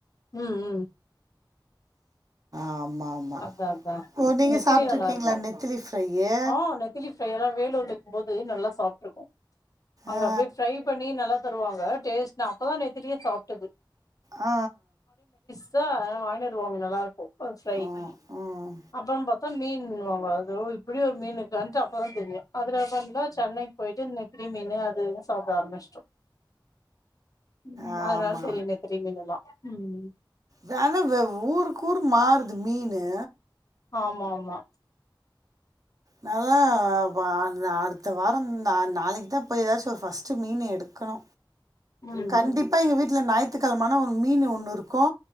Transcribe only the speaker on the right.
ஆமா ஆமா
ஓ நீங்க
சாப்பிட்ருக்கீங்களா
நெத்திலி ஃப்ரையு
ஆ
ஆ
ம் ம்
ஆமா
ஆமா
வெல வெ ஊருக்கூரு மாறுது மீனு
நாலா அ அடுத்த வாரோ நா நாளக்கி தா போய் எதாச்சு ஃபஸ்ட்டு மீனு எடுக்கனு
கண்டிப்பா எங்க வீட்ல ஞாய்த்து கெழமானா ஒரு மீன் ஒன்னு இருக்கு